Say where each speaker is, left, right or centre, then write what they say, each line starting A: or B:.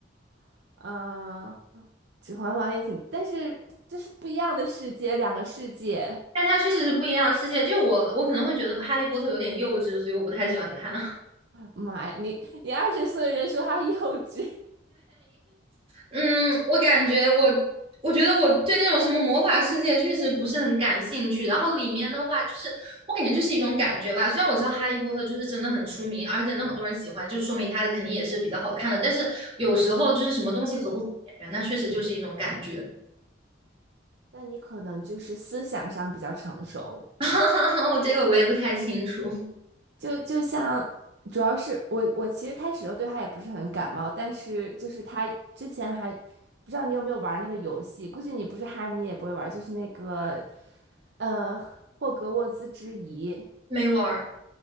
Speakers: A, on the right; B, on the right.
A: <laughs> 嗯，《指环王》也挺，但是这是不一样的世界，两个世界。
B: 但它确实是不一样的世界。就我，我可能会觉得《哈利波特》有点幼稚，所以我不太喜欢看。
A: 妈呀，你你二十岁的人说他幼稚，
B: 嗯，我感觉我，我觉得我对那种什么魔法世界确实不是很感兴趣。然后里面的话，就是我感觉就是一种感觉吧。虽然我知道《哈利波特》就是真的很出名，而且那么多人喜欢，就是说明它的肯定也是比较好看的。但是有时候就是什么东西合不合眼缘，
A: <laughs> 嗯，
B: 那确实就是一种感觉。
A: 那你可能就是思想上比较成熟。
B: <laughs> 我这个我也不太清楚，
A: 就就像，主要是我我其实开始的时候对他也不是很感冒，但是就是他之前还不知道你有没有玩那个游戏，估计你不是哈迷也不会玩，就是那个呃霍格沃兹之遗。
B: 没玩儿。